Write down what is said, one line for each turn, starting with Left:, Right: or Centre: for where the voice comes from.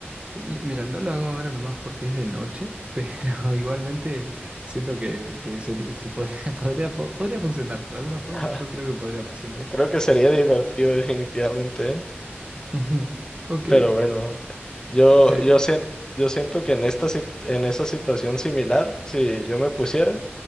Right: L- Mira, no lo hago ahora nomás porque es de noche, pero <laughs> igualmente siento que, que sería- se podría, <laughs> podría, po- podría funcionar. De alguna forma
Left: <laughs>
Right: yo creo que podría funcionar.
Left: Creo que sería divertido definitivamente, ¿eh?
Right: <laughs> Ujú. Ok.
Left: Pero bueno, yo,
Right: Te-
Left: yo, sien- yo siento que en esta, sit- en esa situación similar, si yo me pusiera,